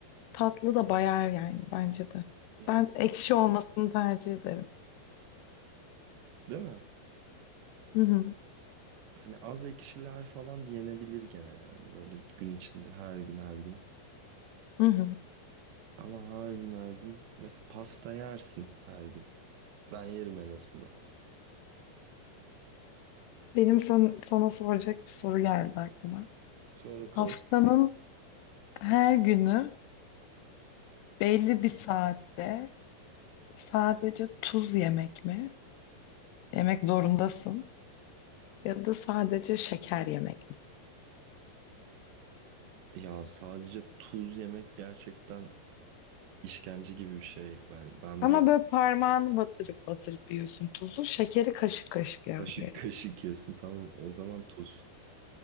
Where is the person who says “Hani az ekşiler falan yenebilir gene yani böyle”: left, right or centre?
Right